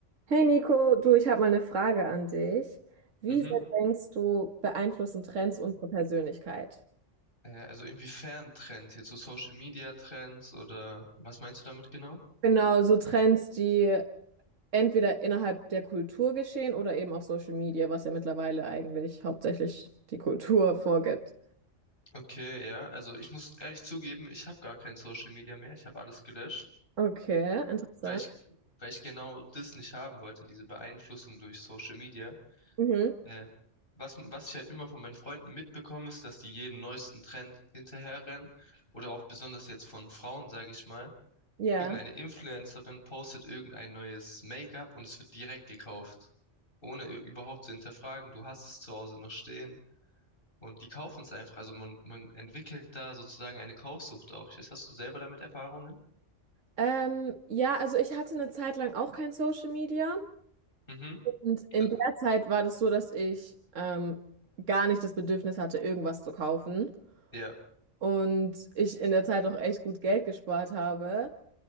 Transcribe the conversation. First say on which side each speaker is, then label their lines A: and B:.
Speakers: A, on the right; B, on the left.
A: Hey Nico, du, ich habe mal eine Frage an dich. Wie
B: Mhm.
A: sehr denkst du, beeinflussen Trends unsere Persönlichkeit?
B: Äh, also inwiefern Trends? Jetzt so Social Media Trends oder was meinst du damit genau?
A: Genau, so Trends, die entweder innerhalb der Kultur geschehen oder eben auf Social Media, was ja mittlerweile eigentlich hauptsächlich die Kultur <laughs> vorgibt.
B: Okay, ja. Also ich muss ehrlich zugeben, ich habe gar kein Social Media mehr. Ich habe alles gelöscht,
A: Okay, interessant.
B: weil ich, weil ich genau das nicht haben wollte, diese Beeinflussung durch Social Media.
A: Mhm,
B: Äh, was, was ich halt immer von meinen Freunden mitbekomme, ist, dass die jeden neuesten Trend hinterherrennen oder auch besonders jetzt von Frauen, sage ich mal.
A: ja.
B: Irgendeine Influencerin postet irgendein neues Make-up und es wird direkt gekauft. Ohne ü- überhaupt zu hinterfragen. Du hast es zu Hause noch stehen. Und die kaufen es einfach. Also man, man entwickelt da sozusagen eine Kaufsucht auch. Ich weiß, hast du selber damit Erfahrungen?
A: Ähm, ja, also ich hatte eine Zeit lang auch kein Social Media
B: Mhm.
A: und in
B: Äh,
A: der Zeit war das so, dass ich ähm, gar nicht das Bedürfnis hatte, irgendwas zu kaufen.
B: Ja.
A: und ich in der Zeit auch echt gut Geld gespart habe.